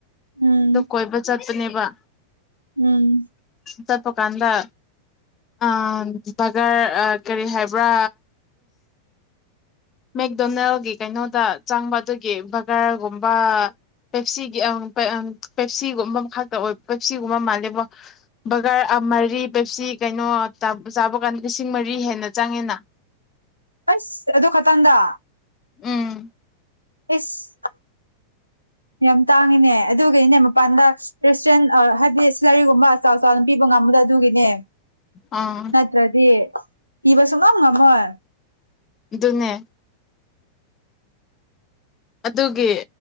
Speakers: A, on the right (about 85°); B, on the left (about 30°).
A: ꯎꯝ
B: ꯑꯗꯨ ꯀꯣꯏꯕ ꯆꯠꯄꯅꯦꯕ
A: ꯎꯝ
B: ꯆꯠꯄ ꯀꯥꯟꯗ ꯑꯥ ꯕꯒꯔ ꯀꯔꯤ ꯍꯥꯏꯕ꯭ꯔꯥ ꯃꯦꯛꯗꯣꯅꯦꯜꯒꯤ ꯀꯩꯅꯣꯗ ꯆꯪꯕ ꯑꯗꯨꯒꯤ ꯕꯒꯔꯒꯨꯝꯕ ꯄꯦꯞꯁꯤꯒꯤ ꯄꯦꯞꯁꯤꯒꯨꯝꯕ ꯈꯛꯇ ꯑꯣꯏ ꯄꯦꯞꯁꯤꯒꯨꯝꯕ ꯃꯥꯜꯂꯦꯕ ꯕꯒꯔ ꯃꯔꯤ ꯄꯦꯞꯁꯤ ꯀꯩꯅꯣ ꯆꯥꯕ ꯀꯥꯟꯗ ꯂꯤꯁꯤꯡ ꯃꯔꯤ ꯍꯦꯟꯅ ꯆꯪꯉꯦꯅ
A: ꯑꯁ ꯑꯗꯨ ꯈꯇꯪꯗ
B: ꯎꯝ
A: ꯑꯦꯁ ꯌꯥꯝ ꯇꯥꯡꯉꯤꯅꯦ ꯑꯗꯨꯒꯤꯅꯦ ꯃꯄꯥꯟꯗ ꯔꯦꯁꯇꯨꯔꯦꯟ ꯍꯥꯏꯕꯗꯤ ꯁꯤꯂꯔꯤꯒꯨꯝꯕ ꯆꯥꯎ ꯆꯥꯎꯅ ꯄꯤꯕ ꯉꯝꯕꯗ ꯑꯗꯨꯒꯤꯅꯦ
B: ꯑꯥ
A: ꯅꯠꯇ꯭ꯔꯗꯤ ꯄꯤꯕ ꯁꯨꯛꯉꯝ ꯉꯃꯣꯏ
B: ꯑꯗꯨꯅꯦ ꯑꯗꯨꯒꯤ